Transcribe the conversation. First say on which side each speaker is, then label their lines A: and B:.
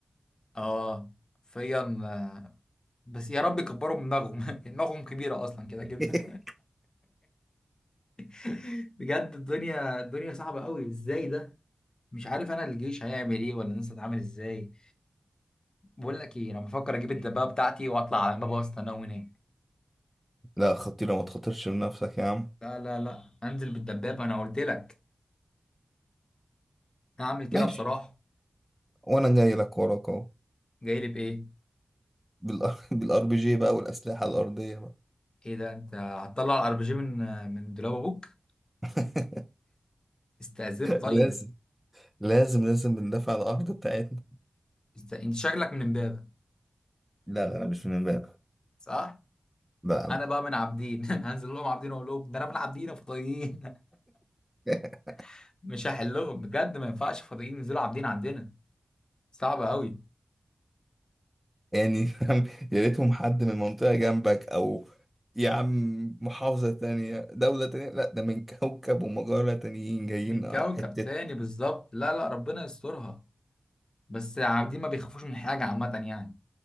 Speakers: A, on the left; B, in the centre.
A: اه فيا آه، بس يا رب يكبروا من دماغهم <laughs> دماغهم كبيره اصلا كده
B: <laughs>
A: كده <laughs> بجد الدنيا الدنيا صعبه قوي ازاي ده مش عارف انا الجيش هيعمل ايه ولا الناس هتعمل ازاي بقول لك ايه انا بفكر اجيب الدبابه بتاعتي واطلع على مبا وسط انا وهناك
B: لا خطيرة ما تخاطرش بنفسك يا عم
A: لا لا لا انزل بالدبابة انا قلت لك هعمل كده
B: ماشي
A: بصراحة
B: وانا جاي لك وراك اهو
A: جاي لي بايه
B: بالار <laughs> بالار بي جي <laughs> بقى والاسلحه الارضيه بقى
A: ايه ده انت هتطلع الار بي جي من من دولاب ابوك
B: <laughs>
A: استأذنه طيب
B: لازم لازم لازم ندافع عن الارض بتاعتنا
A: است... انت شكلك من امبابة
B: لا لا لا مش من امبارح
A: صح
B: لا لا
A: انا بقى من عابدين <laughs> هنزل لهم عابدين اقول لهم ده انا من عابدين يا فضائيين
B: <laughs>
A: <laughs> مش هحلهم بجد ما ينفعش فضائيين ينزلوا عابدين عندنا صعبة قوي
B: يعني فاهم يا ريتهم حد من منطقه جنبك او يا عم محافظه تانية دوله تانية لا ده من كوكب ومجره تانيين جايين
A: من
B: آه،
A: كوكب
B: حته
A: تاني بالظبط لا لا ربنا يسترها بس عابدين ما بيخافوش من حاجة عامة يعني